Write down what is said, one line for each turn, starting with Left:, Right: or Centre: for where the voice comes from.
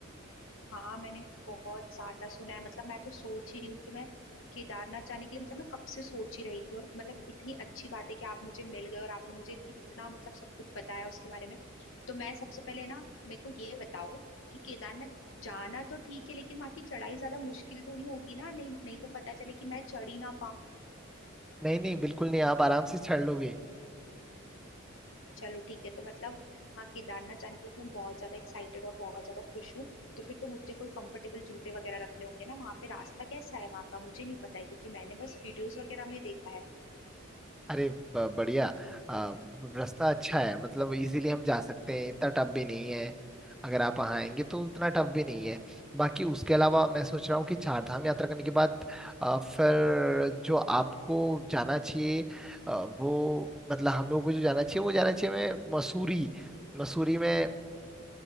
Left: हाँ मैंने बहुत ज्यादा सुना है मतलब मैं तो सोच ही रही हूँ कि मैं केदारनाथ जाने के लिए मतलब मैं कब से सोच ही रही थी और मतलब इतनी अच्छी बात है कि आप मुझे मिल गए और आपने मुझे इतना मतलब सब कुछ बताया उसके बारे में तो मैं सबसे पहले ना मेरे को ये बताओ कि केदारनाथ जाना तो ठीक है लेकिन वहां की चढ़ाई ज्यादा मुश्किल तो नहीं होगी ना नहीं नहीं तो पता चले कि मैं चढ़ ही ना
Centre: नहीं नहीं बिल्कुल नहीं आप आराम से चढ़ लोगे
Left: चलो ठीक है तो मतलब हाँ केदारनाथ जाने के लिए तो मैं बहुत ज्यादा एक्साइटेड और बहुत ज्यादा खुश हूँ तो फिर तो मुझे कोई कंफर्टेबल जूते वगैरह रखने होंगे ना वहाँ पे रास्ता कैसा है वहाँ का मुझे नहीं पता है क्योंकि मैंने बस वीडियोस वगैरह में देखा है
Centre: अरे ब- बढ़िया आ, रास्ता अच्छा है मतलब इजीली हम जा सकते हैं इतना टफ भी नहीं है अगर आप वहाँ आएंगे तो इतना टफ भी नहीं है बाकी उसके अलावा मैं सोच रहा हूँ कि चार धाम यात्रा करने के बाद आ, फिर जो आपको जाना चाहिए आ, वो मतलब हम लोगों को जो जाना चाहिए वो जाना चाहिए मैं मसूरी मसूरी में